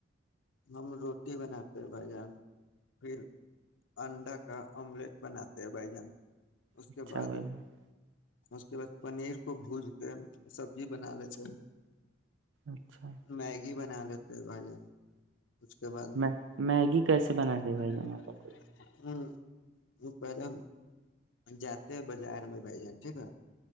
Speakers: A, on the left; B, on the right.
A: ہم روٹی بناتے ہیں بھائی جان پھر انڈا کا آملیٹ بناتے ہیں بھ جان اس
B: اچھا
A: کے بعد
B: بھائی جان
A: اس کے بعد پنیر کو بھج کے سبزی بنا لیتے ہ
B: اچھا
A: میں گ بنا لیتے بھجان اس کے بعد
B: میں میگی کیسے
A: ہ <unintelligible>
B: بناتے ہیں بھائی جان آپ
A: وہ پہلے ہم جاتے ہیں بازار میں بھائی جان ٹھیک ہے